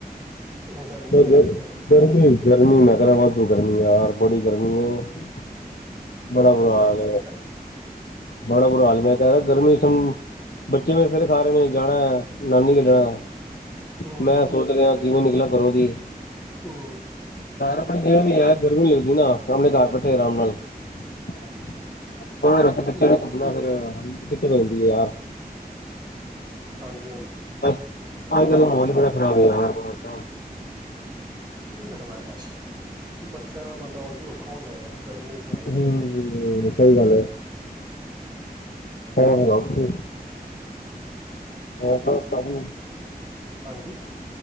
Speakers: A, on the right (about 25°); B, on the left (about 80°).
A: ਗਰਮੀ
B: ਗਰਮੀ-ਗਰਮੀ
A: ਹੈ ਹੀ ਉੱਥੇ
B: ਮੈਂ ਕਹਿਣਾ ਵਾਧੂ ਗਰਮੀਆਂ ਯਾਰ ਬੜੀ ਗਰਮੀ ਹੈ
A: ਬਤਾਲੀ
B: ਬੜਾ ਬੁਰਾ
A: ਟੈਂਪਰੇਚਰ
B: ਹਾਲ
A: ਹੈ
B: ਬੜਾ ਬੁਰਾ ਹਾਲ ਮੈਂ ਕਹਿ ਰਿਹਾ ਗਰਮੀ ਵਿੱਚ ਥੋਨੂੰ ਬੱਚੇ ਮੇਰਾ ਸਿਰ ਖਾ ਰਹੇ ਨੇ ਜਾਣਾ ਹੈ ਨਾਨੀ ਕੇ ਜਾਣਾ ਹੈ
A: ਹੂੰ
B: ਮੈਂ ਸੋਚ ਰਿਹਾ ਕਿਵੇਂ ਨਿਕਲਾ ਘਰੋ ਦੀ
A: ਹੂੰ
B: ਆਪਣੀ ਜਿਵੇਂ ਹੈ ਗਰਮੀ ਨੀ ਲੱਗਦੀ ਨਾ ਆਪਣੇ ਘਰ ਬੈਠੇ ਆਰਾਮ ਨਾਲ <unintelligible> ਫੇਰ ਦਿੱਕਤ
A: ਹੂੰ
B: ਆਦੀ ਆ ਯਾਰ
A: ਹਾਂਜੀ-ਹਾਂਜੀ
B: ਅੱਜ ਕਲ੍ਹ ਦਾ ਮਾਹੌਲ ਹੀ ਬੜਾ ਖ਼ਰਾਬ ਹੋਗਿਆ ਬਾਹਰ ਤਾਂ
A: <unintelligible> ਬੱਚਿਆਂ ਦਾ ਬੰਦਾ ਉੰਜ ਹੀ ਔਖਾ ਹੁੰਦਾ ਆ ਗਰਮੀ 'ਚ ਜਾਣਾ
B: ਹੂੰ ਸਹੀ ਗੱਲ ਹੈ ਹੋਰ ਸੁਣਾਓ
A: ਹੂੰ
B: ਹੋਰ ਬਸ ਭਾਜੀ-
A: ਹਾਂਜੀ